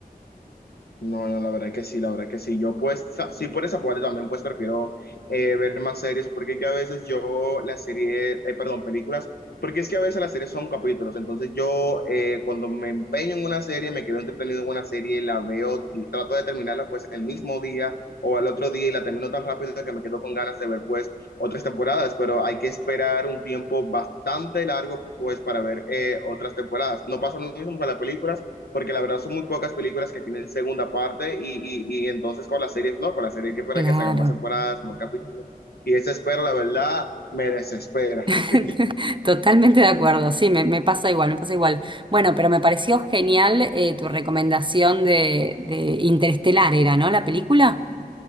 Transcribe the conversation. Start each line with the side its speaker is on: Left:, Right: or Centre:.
Left: No, no, la verdad que sí, la verdad que sí. Yo pues, sa- sí, por esa parte también pues prefiero eh, ver más series, porque es que a veces yo las series, eh, perdón, películas, porque es que a veces las series son capítulos, entonces yo eh, cuando me empeño en una serie, me quedo entretenido en una serie, la veo, trato de terminarla pues el mismo día o al otro día y la termino tan rápido que me quedo con ganas de ver pues otras temporadas, pero hay que esperar un tiempo bastante largo pues para ver eh, otras temporadas. No pasa lo mismo con las películas porque la verdad son muy pocas películas que tienen segunda parte y, y, y entonces con las series, no, con las series hay que esperar
Right: Claro.
Left: que salgan más temporadas, más capítulos. Y esa espera, la verdad, me desespera.
Right: <laughs>
Left: <laughs>
Right: Totalmente de acuerdo, sí, me, me pasa igual, me pasa igual. Bueno, pero me pareció genial eh, tu recomendación de, de Interestelar, era, ¿no? La película.